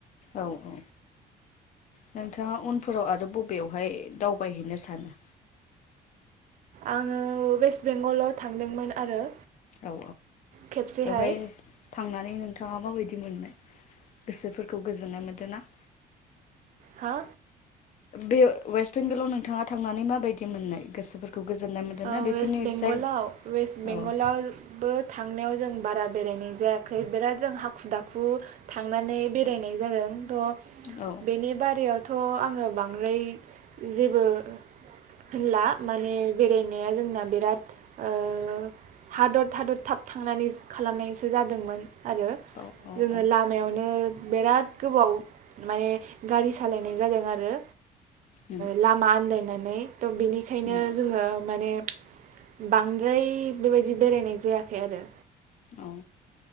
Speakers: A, on the left (about 45°); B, on the right (about 50°).
A: औ औ नोंथांङा उनफोराव आरो बबेयावहाय दावबायहैनो सानो?
B: आंङो वेस्ट बेंगलाव थांदोंमोन आरो।
A: औ
B: खेबसेहाय
A: बेवहाय थांनानै नोंथांङा माबायदि मोननाय गोसोफोरखौ गोजोननाय मोनदों ना?
B: हा?
A: बे वेस्ट बेंगलाव नोंथांङा थांनानै माबायदि मोननाय गोसोफोरखौ? गोजोननाय मोनदों
B: ओ
A: ना बेफोरनि
B: वेस्त बेंगलाव
A: जाय
B: वेस्त बेंगलावबो
A: औ
B: थांनायाव जों बारा बेरायनाय जायाखै बिराद जों हाखु दाखु थांनानै बेरायनाय जादों थ
A: औ
B: बेनि बारयावथ थ आंङो बांद्राय जेबो होनला माने बेरायनाया जोंना बिराद ओ थाद' थाद' थाब थांनानै खालामनायसो जादोंमोन आरो
A: औ औ
B: जोङो
A: औ
B: लामायावनो बिराद गोबाव माने गारि सालायनाय जादों आरो।
A: उम
B: लामा आन्दायनानै नै थ बिनिखायनो
A: उम
B: माने बांद्राय बेबायदि बेरायनाय जायाखै आरो।
A: औ